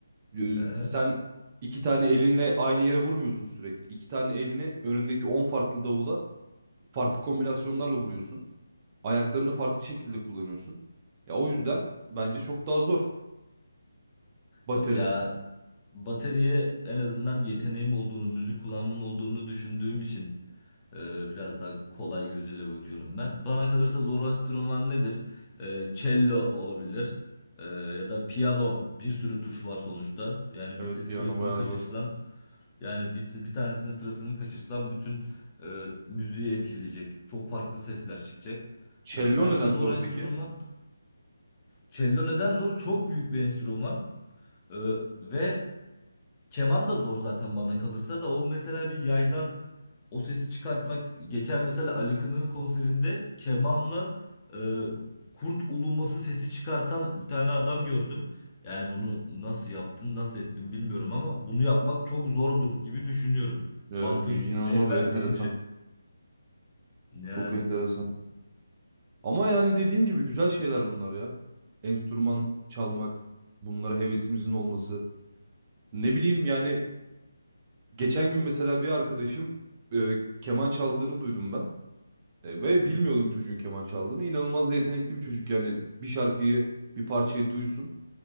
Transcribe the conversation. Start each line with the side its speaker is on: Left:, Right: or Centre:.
Right: e,
Left: Ee?
Right: sen iki tane elinle aynı yere vurmuyorsun sürekli. İki tane elini önündeki 10 farklı davula farklı kombinasyonlarla vuruyorsun. Ayaklarını farklı şekilde kullanıyorsun. Ya o yüzden bence çok daha zor bateri.
Left: Yok ya bataryaya en azından yeteneğim olduğunu, müzik kulağımın olduğunu düşündüğüm için e, biraz daha kolay gözüyle bakıyorum ben. Bana kalırsa zor enstrüman nedir? E, cello olabilir E, ya da piyano. Bir sürü tuş var sonuçta. Yani
Right: Evet
Left: bir t-
Right: piyano
Left: sırasını
Right: bayağı
Left: kaçırsan
Right: zor.
Left: yani bir, t- bir tanesinin sırasını kaçırsan bütün e, müziği etkileyecek. Çok farklı sesler çıkacak.
Right: Cello
Left: E, başka
Right: neden
Left: zor
Right: zor
Left: enstrüman?
Right: peki?
Left: Cello neden zor? Çok büyük bir enstrüman. E, ve Keman da zor zaten bana kalırsa da o mesela bir yaydan o sesi çıkartmak. Geçen mesela Ali Kınık'ın konserinde kemanla e, kurt uluması sesi çıkartan bir tane adam gördüm. Yani bunu nasıl yaptın, nasıl ettin bilmiyorum ama bunu yapmak çok zordur gibi düşünüyorum.
Right: Ee,
Left: Mantığım
Right: inanılmaz
Left: el verdiğince.
Right: enteresan.
Left: Yani.
Right: Çok enteresan. Ama yani dediğim gibi güzel şeyler bunlar ya. Enstrüman çalmak, bunlara hevesimizin olması. Ne bileyim yani geçen gün mesela bir arkadaşım e, keman çaldığını duydum ben. E, ve
Left: Hı hı.
Right: bilmiyordum çocuğun keman çaldığını. İnanılmaz da yetenekli bir çocuk yani bir şarkıyı, bir parçayı duysun.